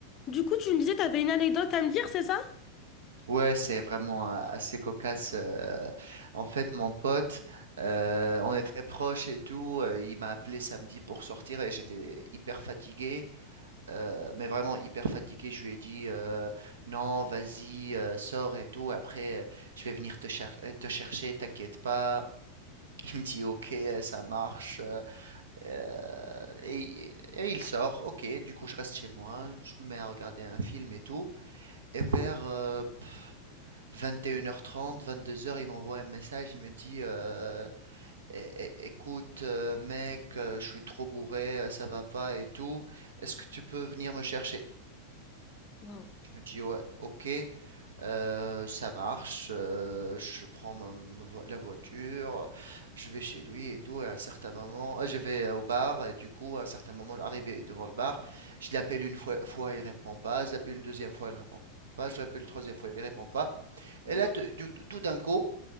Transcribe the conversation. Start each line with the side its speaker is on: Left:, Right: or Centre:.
Left: Du coup, tu me disais, t'avais une anecdote à me dire, c'est ça?
Right: Ouais, c'est vraiment euh, assez cocasse. euh. En fait, mon pote, euh, on est très proches et tout. euh, il m'a appelé samedi pour sortir et j'étais hyper fatigué, euh, mais vraiment hyper fatigué. Je lui ai dit euh, non, vas-y, euh, sors et tout. Après, euh, je vais venir te cher- euh, te chercher, t'inquiète pas. <laughs> Il me dit ok, euh, ça marche. euh, euh, et, et il sort. Ok, du coup, je reste chez moi. Je me mets à regarder un film et tout. Et vers euh, 21h30, 22h, il m'envoie un message, il me dit euh, É- é- Écoute, euh, mec, euh, je suis trop bourré, euh, ça va pas et tout. Est-ce que tu peux venir me chercher?
Left: Waouh.
Right: Je me dis Ouais, ok, euh, ça marche. euh, je prends ma- ma vo- la voiture, je vais chez lui et tout. Et à un certain moment, euh, je vais euh, au bar, et du coup, à un certain moment, arrivé devant le bar, je l'appelle une fois, fois, il répond pas, je l'appelle une deuxième fois, il répond pas, je l'appelle une troisième fois, il répond pas.
Left: Voilà.
Right: Et là, te- du- tout d'un coup,